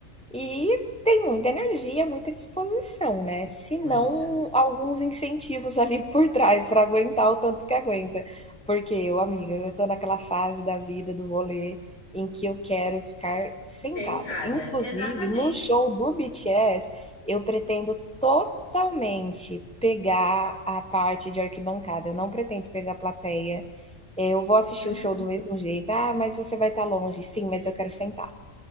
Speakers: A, in the centre; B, on the left.
A: E tem muita energia, muita disposição, né, se
B: muito.
A: não alguns incentivos ali <laughs> por trás para aguentar o tanto que aguenta. Porque eu, amiga, já estou naquela fase da vida, do rolê, em que eu quero ficar sentada.
B: Tentada,
A: Inclusive,
B: exatamente.
A: no show do BTS, eu pretendo totalmente pegar a parte de arquibancada, eu não pretendo pegar a plateia. Eh, eu vou assistir
B: Uhum.
A: o show do mesmo jeito: "Ah, mas você vai estar longe". "Sim, mas eu quero sentar".